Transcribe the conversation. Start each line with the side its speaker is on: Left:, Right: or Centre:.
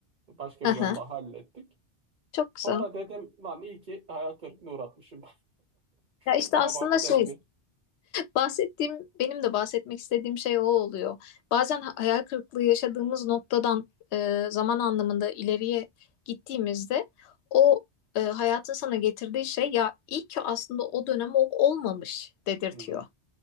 Right: Başka
Left: Hı
Right: bir
Left: hı.
Right: yolla hallettik.
Left: Çok güzel.
Right: Sonra dedim lan iyi ki hayal kırıklığına uğratmışım.
Left: Ya işte
Right: <laughs>
Left: aslında
Right: Babamı
Left: şey
Right: dedim ya.
Left: bahsettiğim benim de bahsetmek istediğim şey o oluyor. Bazen ha- hayal kırıklığı yaşadığımız noktadan e, zaman anlamında ileriye gittiğimizde o e, hayatın sana getirdiği şey ya iyi ki aslında o dönem o olmamış dedirtiyor.
Right: Hı hı.